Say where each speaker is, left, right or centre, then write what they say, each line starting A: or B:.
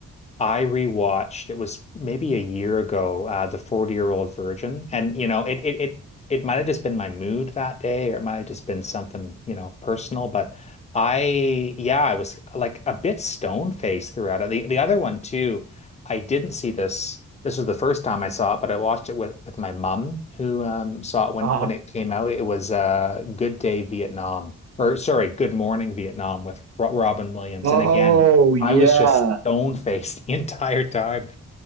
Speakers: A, on the left; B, on the right.
A: I rewatched, it was maybe a year ago, uh, The 40-Year-Old Virgin. And, you know, it it it it might have just been my mood that day, or it might have just been something, you know, personal. But I, yeah, I was like a bit stone-faced throughout it. The the other one too, I didn't see this. This was the first time I saw it, but I watched it with with my mum who um saw it when
B: Uh-huh.
A: when it came out. It was uh Good Day Vietnam. Or sorry, Good Morning Vietnam with Ro Robin Williams.
B: Oh
A: And again,
B: yeah,
A: I was just stone faced <laughs> the entire time.